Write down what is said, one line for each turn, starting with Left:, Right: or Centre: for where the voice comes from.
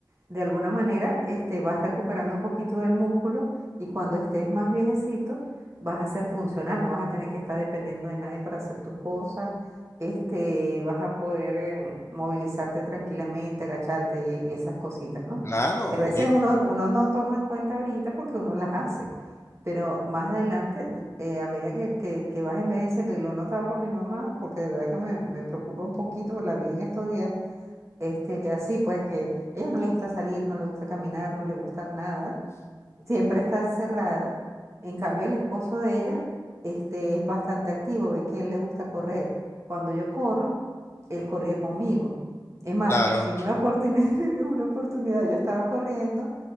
Right: de alguna manera este, vas recuperando un poquito del músculo y cuando estés más viejecito vas a ser funcional, no vas a tener que estar dependiendo de nadie para hacer tus cosas, este, vas a poder eh, movilizarte tranquilamente, agacharte y, y esas cositas, ¿no?
Left: claro,
Right: Que a veces
Left: y-
Right: uno, uno no toma en cuenta ahorita porque uno las hace, pero más adelante, eh, a medida que, que- que vas envejeciendo, y lo he notado por mi mamá, porque de verdad que me, me preocupa un poquito, la vi en estos días este, así pues que ella no le gusta salir, no le gusta caminar, no le gusta nada, siempre está encerrada. En cambio, el esposo de ella, este, es bastante activo, ve que a él le gusta correr. Cuando yo corro, él corría conmigo. Es más,
Left: claro,
Right: en una oportunidad, <laughs> una oportunidad yo estaba corriendo